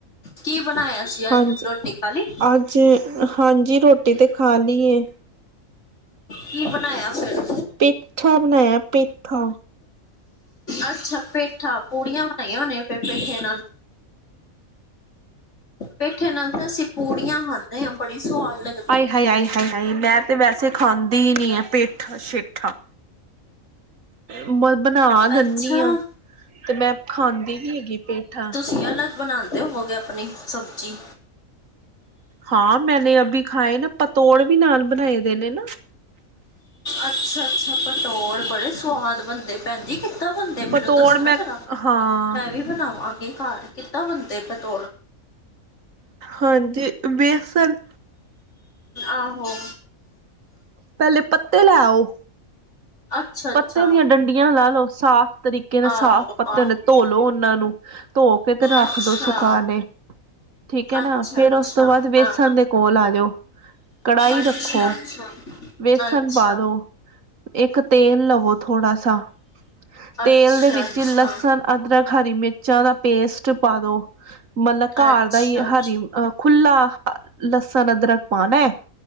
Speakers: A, on the left; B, on the right.
A: ਕੀ ਬਣਾਇਆ ਤੁਸੀ ਅੱਜ
B: ਹਾਂਜੀ
A: ਰੋਟੀ ਖਾ ਲਈ
B: ਅੱਜ ਹਾਂਜੀ ਰੋਟੀ ਤੇ ਖਾ ਲਈਏ
A: ਕੀ ਬਣਾਇਆ ਫਿਰ
B: ਪੇਠਾ ਬਣਾਇਆ ਪੇਠਾ
A: ਅੱਛਾ ਪੇਠਾ, ਪੂੜੀਆਂ ਬਣਾਈਆਂ ਹੋਣੀਆਂ, ਫਿਰ ਪੇਠੇ ਨਾਲ ਪੇਠੇ ਨਾਲ ਤਾਂ ਅਸੀਂ ਪੂੜੀਆਂ ਖਾਂਦੇ ਹਾਂ, ਬੜੀ ਸੁਆਦ ਲੱਗਦੀ
B: ਆਏ ਹਾਏ ਆਈ ਹ ਆ ਮੈਂ ਤੇ ਵੈਸੇ ਖਾਂਦੀ ਹੀ ਨੀ ਆ ਪੇਠਾ-ਸ਼ੇਠਾ, ਬ ਬਣਾ ਦਿੰਦੀ
A: ਅੱਛਾ
B: ਹਾਂ, ਤੇ ਮੈਂ ਖਾਂਦੀ ਨੀ ਹੈਗੀ ਪੇਠਾ
A: ਕੀ ਅਲੱਗ ਬਣਾ ਤੇ ਉਹ ਗਿਆ ਆਪਣੀ ਸਬਜ਼ੀ
B: ਹਾਂ, ਮੈਨੇ ਅਭੀ ਖਾਏ ਨਾ ਪਤੋੜ ਵੀ ਨਾਲ ਬਣਾਏ ਦੇ ਨੇ ਨਾ।
A: ਅੱਛਾ ਅੱਛਾ ਪਤੌੜ ਬੜੇ ਸਵਾਦ ਬੰਦੇ ਭੈਣ ਜੀ ਕਿੱਦਾਂ ਬੰਦੇ
B: ਪਤੋੜ
A: ਮੈਨੂੰ ਦੱਸਣਾ
B: ਮੈਂ
A: ਜਰਾ,
B: ਹਾਂ
A: ਮੈਂ ਵੀ ਬਣਾਵਾਗੀ ਘਰ ਕਿੱਦਾਂ ਬਣਦੇ ਪਤਾ
B: ਹਾਂਜੀ ਬੇਸਨ
A: ਆਹੋ
B: ਪਹਿਲੇ ਪੱਤੇ ਲੈਓ
A: ਅੱਛਾ ਅੱਛਾ
B: ਪੱਤੇ ਦੀਆਂ ਡੰਡੀਆਂ ਲਾ ਲਓ ਸਾਫ਼ ਤਰੀਕੇ ਨਾਲ ਸਾਫ਼
A: ਆਹੋ
B: ਪੱਤੇ
A: ਆਹੋ
B: ਨੇ ਧੋ ਲੋ ਉਹਨਾਂ ਨੂੰ ਧੋ ਕੇ ਤੇ ਰੱਖ
A: ਅੱਛਾ
B: ਦੋ ਸੁਕਾ ਕੇ ਠੀਕ ਹੈ
A: ਅੱਛਾ
B: ਨਾ ਫਿਰ
A: ਅੱਛਾ
B: ਉਸ ਤੋਂ ਬਾਅਦ ਵੇਸਣ
A: ਹਾਂ
B: ਦੇ ਕੋਲ ਆ ਜਾਓ, ਕੜਾਹੀ
A: ਅੱਛਾ
B: ਰੱਖੋ
A: ਅੱਛਾ
B: ਵੇਸਣ
A: ਅੱਛਾ
B: ਪਾ ਦੋ, ਇੱਕ ਤੇਲ ਲਵੋ ਥੋੜਾ ਸਾ, ਤੇਲ
A: ਅੱਛਾ ਅੱਛਾ ਅੱਛਾ
B: ਦੇ ਵਿੱਚ ਲਸਣ ਅਦਰਕ ਹਰੀ ਮਿਰਚਾਂ ਦਾ ਪੇਸਟ ਪਾ ਦੋ ਮਤਲਬ ਘਰ
A: ਅੱਛਾ ਅੱਛਾ
B: ਦਾ ਹੀ ਹਰੀ ਅ ਖੁਲਾ ਲਸਣ ਅਦਰਕ ਪਾਣਾ ਹੈ